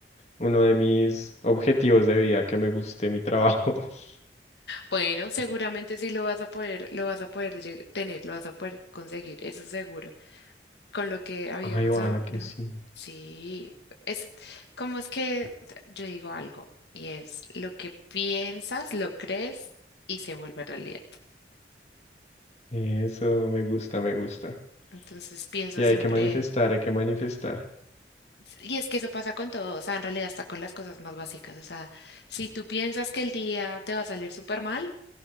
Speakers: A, on the left; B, on the left.
A: uno de mis objetivos de vida, que me guste mi trabajo. <laughs>
B: Bueno, seguramente sí lo vas a poder, lo vas a poder lle- tener, lo vas a poder conseguir, eso seguro. Con lo que habíamos
A: Ay, ojalá
B: hablado.
A: que sí.
B: Sí, es como es que yo digo algo y es lo que piensas, lo crees y se vuelve realidad.
A: Eso me gusta, me gusta.
B: Entonces piensa
A: Sí,
B: siempre
A: hay que manifestar,
B: en
A: hay que manifestar.
B: Y es que eso pasa con todo, o sea, en realidad hasta con las cosas más básicas, o sea, si tú piensas que el día te va a salir súper mal,